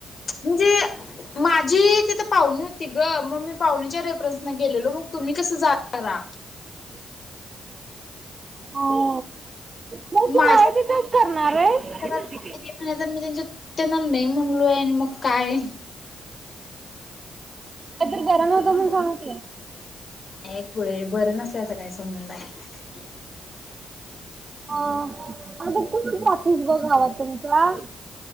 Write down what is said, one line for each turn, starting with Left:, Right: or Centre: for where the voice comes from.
Left: म्हणजे माझी तिथं पाहुणी होती ग मग मी पाहुणीच्या रेफरन्सना गेलेलो मग तुम्ही कसं जानारा
Right: <inaudible> हो म
Left: माझ्या
Right: तू माहितीचंच करणार आहे
Left: तर मी त्यांच्या त्यांना नाही म्हणलोय आणि मग काय
Right: इधर गरम होत म स
Left: एक वेळे बरं ना त्याचा काय संबंध आहे
Right: हा आणिता जातेस ग गाव तुम्ही का